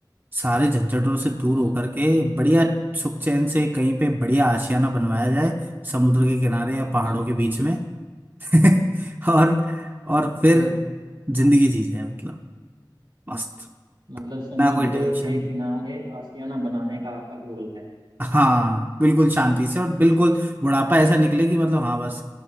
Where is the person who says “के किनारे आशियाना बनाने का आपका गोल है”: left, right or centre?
Right